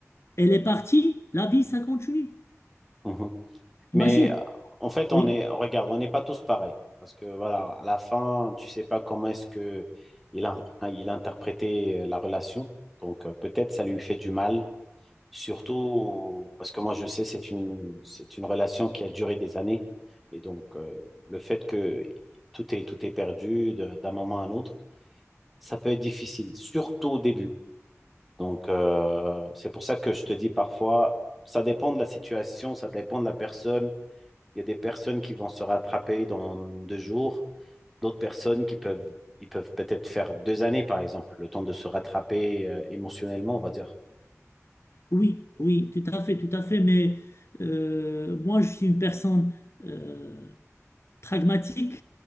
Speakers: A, on the left; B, in the centre.
A: elle est partie, la vie, ça continue.
B: Mhm. Mais
A: Magie,
B: euh, en fait, on
A: oui,
B: est, regarde, on n'est pas tous pareils. Parce que voilà, à la fin, tu sais pas comment est-ce que il a, il a interprété euh, la relation. Donc euh, peut-être ça lui fait du mal, surtout parce que moi je sais c'est une c'est une relation qui a duré des années. Et donc euh, le fait que tout est tout est perdu de- d'un moment à un autre, ça peut être difficile, surtout au début. Donc euh, c'est pour ça que je te dis parfois, ça dépend de la situation, ça dépend de la personne. Il y a des personnes qui vont se rattraper dans deux jours, d'autres personnes qui peuvent, ils peuvent peut-être faire deux années, par exemple, le temps de se rattraper euh, émotionnellement, on va dire.
A: oui, oui, tout à fait, tout à fait. Mais euh, moi, je suis une personne euh, pragmatique.